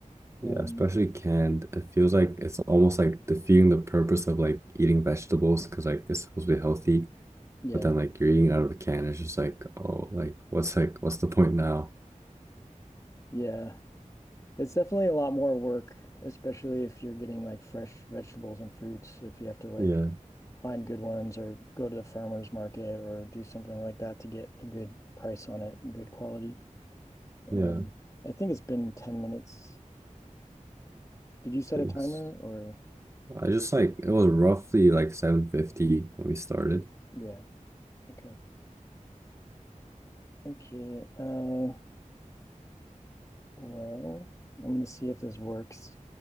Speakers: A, on the right; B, on the left.
A: Yeah,
B: Um,
A: especially canned. It feels like it's almost like defeating the purpose of like eating vegetables because like it's supposed to be healthy.
B: yeah,
A: But then like you're eating out of a can, it's just like, oh, like what's like what's the point now?
B: yeah. It's definitely a lot more work, especially if you're getting like fresh vegetables and fruits. If you have to like
A: Yeah,
B: find good ones or go to the farmer's market or do something like that to get a good price on it and good quality. Um,
A: yeah,
B: I think it's been 10 minutes. Did you set
A: thanks.
B: a timer or?
A: I just like it was roughly like 750 when we started.
B: Yeah. Okay. Okay, uh, well, let me see if this works.